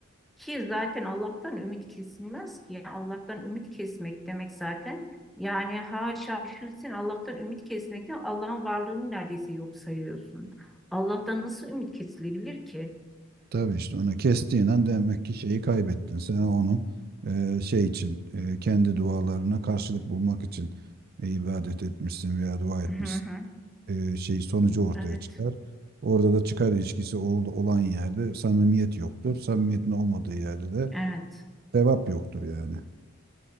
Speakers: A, in the centre; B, on the right.
A: Ki zaten Allah'tan ümit kesilmez ki. Yani Allah'tan ümit kesmek demek zaten. Yani haşa düşünsün Allah'tan ümit kesmekten Allah'ın varlığını neredeyse yok sayıyorsun. Allah'tan nasıl ümit kesilebilir ki?
B: Tabii işte onu kestiğin an demek ki şeyi kaybettin. Sen onu e, şey için e, kendi dualarına karşılık bulmak için e, ibadet etmişsin veya dua etmişsin.
A: Hı hı.
B: E, şey sonucu ortaya
A: Evet,
B: çıkar. Orada da çıkar ilişkisi ol- olan yerde samimiyet yoktur. Samimiyetin olmadığı yerde de
A: evet,
B: sevap yoktur yani.